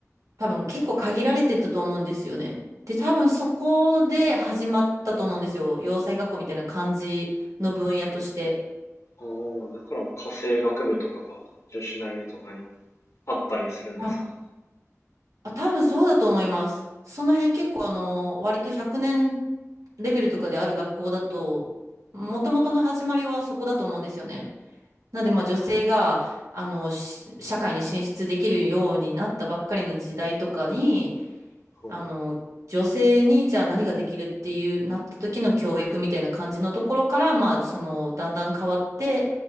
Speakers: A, on the right; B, on the left.
A: 多分結構限られてたと思うんですよね。で、多分そこで始まったと思うんですよ。洋裁学校みたいな感じの分野として。
B: ああ、だから家政学部とかが女子大のとかにあったりするんですかね。
A: あ、あ多分そうだと思います。その辺結構あの、割と100年レベルとかである学校だと、もともとの始まりはそこだと思うんですよね。なので、まあ、女性が、
B: か
A: あの、し社会に進出できるようになったばっかりの時代とかに、
B: うん
A: あの、女性にじゃあ何ができるっていうなった時の教育みたいな感じのところから、まあ、その、だんだん変わって、